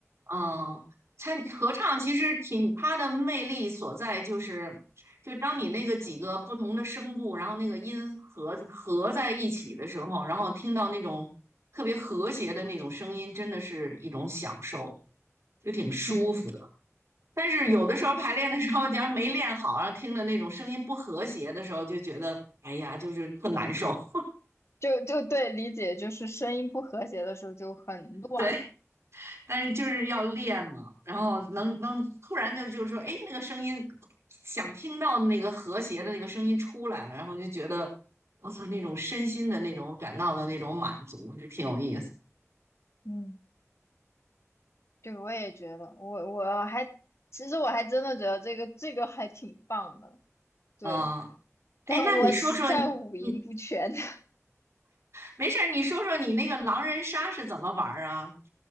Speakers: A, on the right (about 60°); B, on the left (about 60°).
A: 嗯，参合唱其实挺它的魅力所在就是，就当你那个几个不同的声部，然后那个音合合在一起的时候，然后听到那种特别和谐的那种声音，真的是一种享受，就挺舒服的。
B: 嗯，
A: 但是有的时候排练的时候，假如没练好，然后听着那种声音不和谐的时候，就觉得哎呀，就是特难受。<laughs>
B: 就就对，理解就是声音不和谐的时候就很乱。
A: 对，但是就是要练嘛，然后能能突然的就是说，哎，那个声音想听到那个和谐的那个声音出来了，然后就觉得我操，那种身心的那种感到的那种满足，就挺有意思。
B: 嗯。对，我也觉得，我我还其实我还真的觉得这个这个还挺棒的，对，
A: 嗯，哎，
B: 但我实在五音不全。
A: 那你说说你你
B: <laughs>
A: 没事儿，你说说你那个狼人杀是怎么玩儿啊？